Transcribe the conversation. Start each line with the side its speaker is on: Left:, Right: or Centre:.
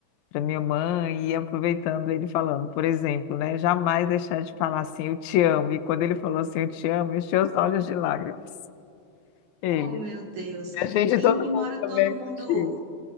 Left: para minha mãe, e aproveitando ele falando, por exemplo, né, jamais deixar de falar assim, eu te amo. E quando ele falou assim, eu te amo, eu encheu os olhos de lágrimas.
Right: Oh,
Left: Ele.
Right: meu Deus.
Left: A gente,
Right: E,
Left: todo
Right: e mora
Left: mundo também
Right: todo
Left: é emotivo.
Right: mundo.